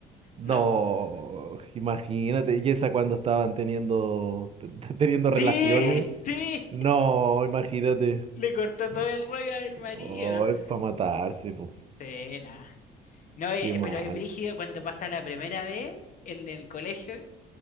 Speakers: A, on the right; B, on the left.
A: No,
B: No. <laughs>
A: imagínate, y esa cuando estaban teniendo te- te- teniendo relaciones.
B: Sí, sí,
A: No, imagínate.
B: le cortó
A: No.
B: todo el rollo al
A: Oh,
B: marido.
A: es para matarse, pues.
B: Sí, nada. No, eh,
A: Qué mal.
B: pero es brígido cuando pasa la primera vez en el colegio,